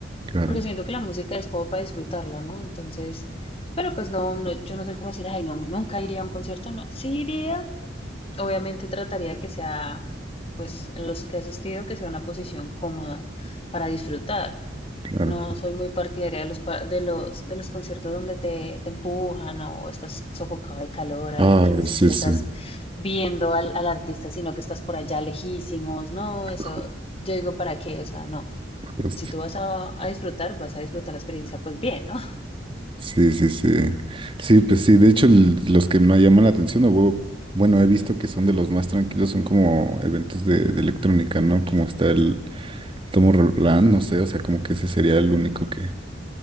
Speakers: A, on the right (about 30°); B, on the left (about 30°).
A: Claro,
B: porque siento que la música es como para disfrutarla, ¿no? Entonces, pero pues no, no, yo no soy como decir, ay, no, nunca iría a un concierto, no, sí iría, obviamente trataría de que sea, pues los que he asistido, que sea una posición cómoda para disfrutar.
A: claro.
B: No soy muy partidaria de los, pa- de los, de los conciertos donde te, te empujan o estás sofocado de calor ahí,
A: Ah,
B: que ni siquiera
A: sí, sí.
B: estás viendo al, al artista, sino que estás por allá lejísimos, no, eso,
A: Ju-
B: yo digo, ¿para qué? O sea, no
A: Justo.
B: si tú vas a, a disfrutar, vas a disfrutar la experiencia, pues bien, ¿no?
A: Sí, sí, sí. Sí, pues sí. De hecho, l- los que me llaman la atención, o bu- bueno, he visto que son de los más tranquilos, son como eventos de, de electrónica, ¿no? Como está el Tomo Roland, no sé, o sea, como que ese sería el único que